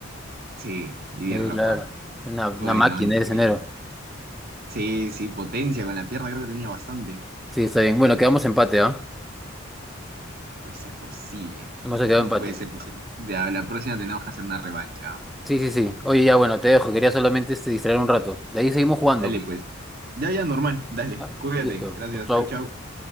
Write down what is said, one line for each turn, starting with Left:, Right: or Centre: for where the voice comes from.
Right: Sí, Didier
Centre: eh,
Right: Drogba.
Centre: claro, una, una
Right: Bueno,
Centre: máquina
Right: increíble.
Centre: el enero.
Right: Sí, sí, potencia con la pierna creo que tenía bastante.
Centre: Sí, está bien. Bueno, quedamos empate, ¿ah?
Right: No Puede ser posible.
Centre: Hemos quedado
Right: No
Centre: empate.
Right: puede ser posible. Ya, la próxima tenemos que hacer una revancha. ¿ah?
Centre: Sí, sí, sí. Oye, ya, bueno, te dejo. Quería solamente este, distraer un rato. De ahí seguimos jugando.
Right: Dale, pues. Ya, ya, normal. Dale,
Centre: Ah,
Right: cuídate.
Centre: Listo.
Right: Gracias.
Centre: Chau, chau.
Right: Chau, chau.